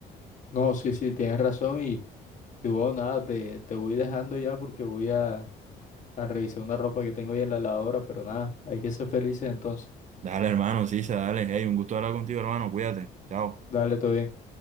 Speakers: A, on the left; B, on the right.
A: No, sí, sí, tienes razón y, y bueno, nada, te, te voy dejando ya porque voy a, a revisar una ropa que tengo ahí en la lavadora, pero nada, hay que ser felices entonces.
B: Dale, hermano, sí, dale. Hey, un gusto hablar contigo, hermano. Cuídate. Chao.
A: Dale, todo bien.